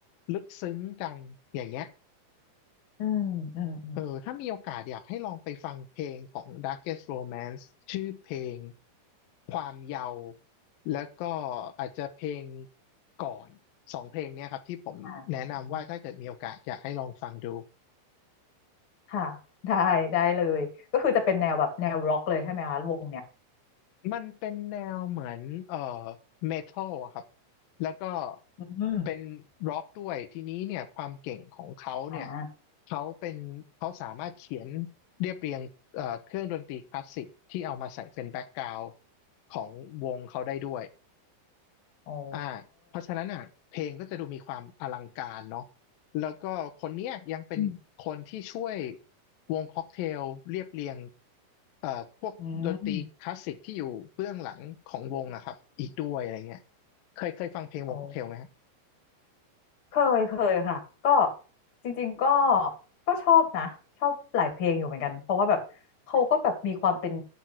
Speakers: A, on the left (about 70°); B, on the left (about 35°).
A: ลึกซึ้งกันอย่างเงี้ย
B: อืมอืมอืม
A: เออถ้ามีโอกาสอยากให้ลองไปฟังเพลงของ Darkest Romance ชื่อเพลงความเยาว์แล้วก็อาจจะเพลงก่อนสองเพลงเนี้ยครับที่ผมแนะนำว่าถ้าเกิดมีโอกาสอยากให้ลองฟังดู
B: อ่า ค่ะได้ได้เลยก็คือจะเป็นแนวแบบแนวร็อกเลยใช่ไหมคะวงเนี่ย
A: มันเป็นแนวเหมือนเอ่อเมทัลอะครับแล้วก็
B: อืม
A: เป็นร็อกด้วยทีนี้เนี่ยความเก่งของเขาเนี่ย
B: อ่า
A: เขาเป็นเขาสามารถเขียนเรียบเรียงเอ่อเครื่องดนตรีคลาสสิกที่เอามาใส่เป็นแบ็กกราวด์ของวงเขาได้ด้วย
B: โอ้
A: อ่าเพราะฉะนั้นอ่ะเพลงก็จะดูมีความอลังการเนาะแล้วก็คนเนี้ยยังเป็นคนที่ช่วย
B: อืม
A: วงค็อกเทลเรียบเรียงเอ่อพวกดนตรีคลาสสิกที่อยู่เบื้องหลังของวงอะครับอีกด้วยอะไรเงี้ย
B: อืม
A: เคยเคยฟังเพลงวงค็อกเทลไหมฮะ
B: โอ้เคยเคยค่ะก็จริงๆก็ก็ชอบนะชอบหลายเพลงอยู่เหมือนกันเพราะว่าแบบเขาก็แบบมีความเป็น